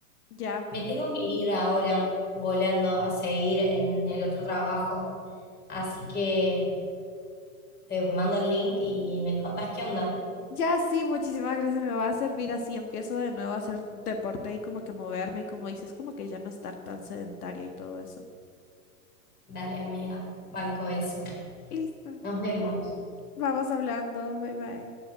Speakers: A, on the left (about 75°); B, on the left (about 20°).
A: Ya,
B: Me tengo que ir ahora volando a seguir en el otro trabajo. Así que te mando el link y me contás qué onda.
A: ya sí, muchísimas gracias, me va a servir así. Empiezo de nuevo a hacer deporte y como que moverme y como dices, como que ya no estar tan sedentaria y todo eso.
B: Dale, amiga, banco eso.
A: Listo,
B: Nos vemos.
A: vamos hablando, bye bye.